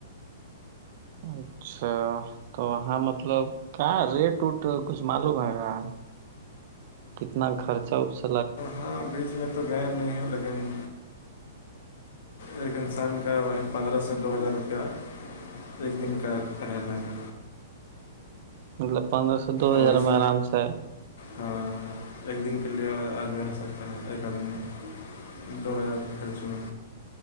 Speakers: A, on the right; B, on the left.
A: اچھا تو وہاں مطلب کیا ریٹ وٹ کچھ معلوم ہے گا کتنا خرچہ ارچا
B: ہاں بیچ میں تو گائ نہیں ہو لگیں گے ایک انسان کا وہی پندرہ سے دو ہزار روپیہ ایک دن کا رہنے کا
A: مطلب پندرہ سے دو ہزار
B: اور اس
A: میں آرام سے
B: ہاں ایک دن کے لیے آدمی رہ سکتے ہوتا ہے اکادمی دو ہزار چالس میں